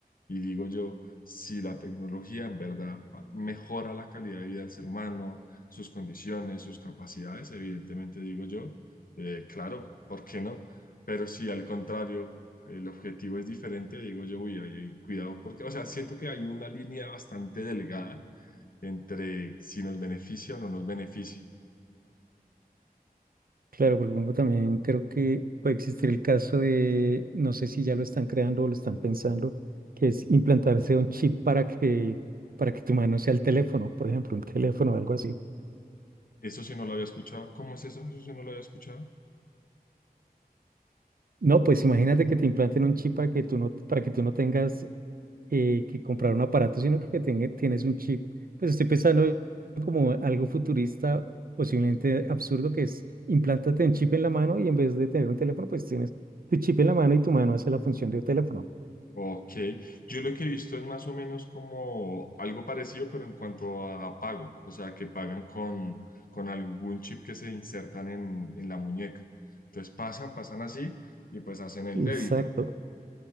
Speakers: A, on the left (about 60°); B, on the right (about 65°).
A: y digo yo, si la tecnología en verdad mejora la calidad de vida del ser humano, sus condiciones, sus capacidades, evidentemente digo yo, eh, claro, ¿por qué no? Pero si al contrario el objetivo es diferente, digo yo, uy, ahí hay cuidado, porque, o sea, siento que hay una línea bastante delgada entre si nos beneficia o no nos beneficia.
B: Claro, porque por ejemplo, también creo que puede existir el caso de, no sé si ya lo están creando o lo están pensando, que es implantarse un chip para que, para que tu mano sea el teléfono, por ejemplo, un teléfono o algo así.
A: Eso sí no lo había escuchado. ¿Cómo es eso? Eso sí no lo había escuchado.
B: No, pues imagínate que te implanten un chip para que tú no, para que tú no tengas eh, que comprar un aparato, sino que tenga- tienes un chip. Pues estoy pensando como algo futurista, posiblemente absurdo, que es implántate un chip en la mano y en vez de tener un teléfono, pues tienes tu chip en la mano y tu mano hace la función de un teléfono.
A: Ok, yo lo que he visto es más o menos como algo parecido, pero en cuanto a pago, o sea, que pagan con, con algún chip que se insertan en, en la muñeca. Entonces pasan, pasan así y pues hacen el
B: Exacto.
A: débito.